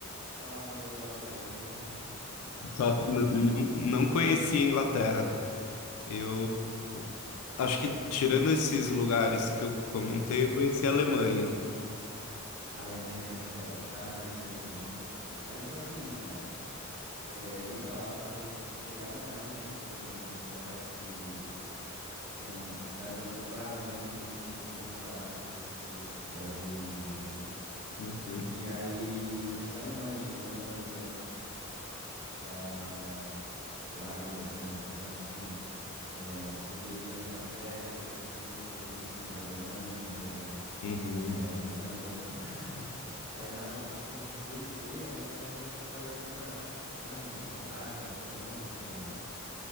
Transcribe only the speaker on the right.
botar uma meia lá pra ele. <laughs>
Mas
A Alemanha também quer, tá na lista ali também. A lista tá a seguinte, né? É, ir pra lá, talvez chegar na Alemanha, que eu já vi que tem uns locais que. Tem um, cidades ale- pra Alemanha ali que tem voos mais baratos, às vezes, desse, do Brasil e Alemanha.
E aí conhecer a Alemanha, Holanda, ah, sei lá, ali, conhecer Amsterdã um pouquinho, né? é, subir ali para Inglaterra e talvez conhecer um pouco ali de cima, Groenlândia,
é, Irlanda. <coughs> <clears throat> Aí na hora que eu for descer, aí pegar toda essa rapaziada ali de baixo, Espanha, Itália, França,